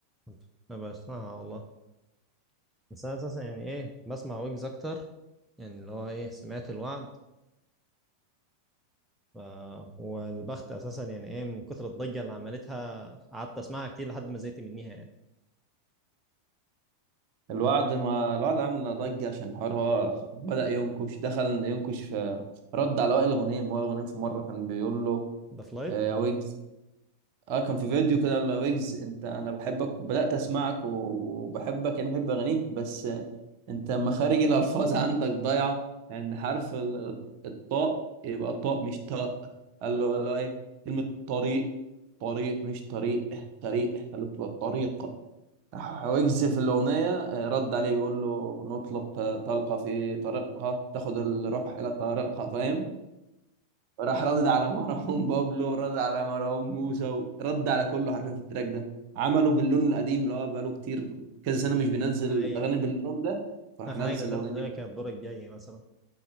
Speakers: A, in the centre; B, on the right.
A: كنت ما بسمعها والله بس انا اساسا يعني ايه بسمع ويجز اكتر يعني اللي هو ايه سمعت الوعد ف... والبخت اساسا يعني ايه من كتر الضجه اللي عملتها قعدت اسمعها كتير لحد ما زهقت منيها يعني
B: الوعد ما الوعد عامل ضجة عشان حوار هو بدأ ينكش دخل ينكش في رد على وائل غنيم وائل غنيم في مرة كان بيقول له
A: ده في لايف
B: آه، يا ويجز اه كان في فيديو كده قال له يا ويجز
A: مم.
B: انت انا بحبك بدأت اسمعك وبحبك يعني بحب اغانيك بس آه، انت مخارج الالفاظ <laughs> عندك ضايعة لان حرف ال- الطاء يبقى طاء مش طاء قال له لا ايه كلمة طريق طريق مش طريق طريق قال له تبقى طريق راح ويجز في الأغنية آه، رد عليه بيقول له نطلق آه، طلقة في طريقها تاخد الروح إلى طريقها فاهم راح ردد على مروان بابلو رد على مروان موسى رد على كله حرفيا في التراك ده عملوا باللون القديم اللي هو بقاله كتير كذا سنة مش بينزل
A: اي
B: أغاني باللون ده فراح
A: اخر
B: نزل
A: حاجه نزلت
B: الأغنية
A: تقريبا
B: دي
A: كانت الدور الجاي مثلا